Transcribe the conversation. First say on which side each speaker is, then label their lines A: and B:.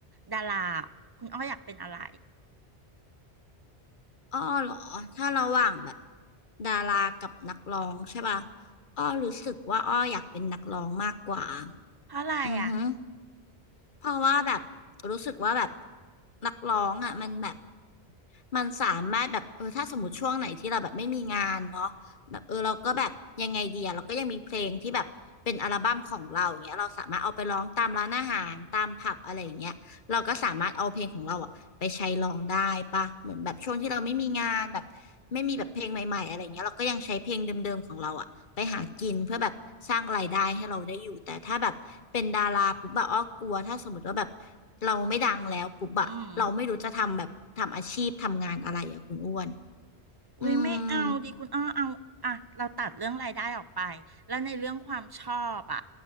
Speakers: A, on the right (about 25°); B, on the left (about 50°).
A: ดาราคุณอ้ออยากเป็นอะไร
B: อ้อเหรอถ้าระหว่างแบบดารากับนักร้องใช่ป่ะอ้อรู้สึกว่าอ้ออยากเป็นนักร้องมากกว่า
A: เพราะอะไรอ่ะ
B: อือฮึ เพราะว่าแบบรู้สึกว่าแบบนักร้องอ่ะมันแบบมันสามารถแบบเออถ้าสมมติช่วงไหนที่เราแบบไม่มีงานเนาะแบบเออเราก็แบบยังไงดีอะเราก็ยังมีเพลงที่แบบเป็นอัลบั้มของเราอย่างเงี้ยเราสามารถเอาไปร้องตามร้านอาหารตามผับอะไรอย่างเงี้ยเราก็สามารถเอาเพลงของเราอ่ะไปใช้ร้องได้ปะเหมือนแบบช่วงที่เราไม่มีงานแบบไม่มีแบบเพลงใหม่ๆอะไรอย่างเงี้ยเราก็ยังใช้เพลงเดิมๆของเราอะ ไปหากินเพื่อแบบสร้างรายได้ให้เราได้อยู่แต่ถ้าแบบเป็นดาราปุ๊บอะอ้อกลัวถ้าสมมติว่าแบบเราไม่ดังแล้วปุ๊บอะเราไม่รู้จะทำแบบทำอาชีพทำงานอะไรอะคุณอ้วน
A: อืมอุ้ยไม่เอาดีคุณอ้อเอาอ่ะเราตัดเรื่องรายได้ออกไปแล้วในเรื่องความชอบอ่ะ
B: อืม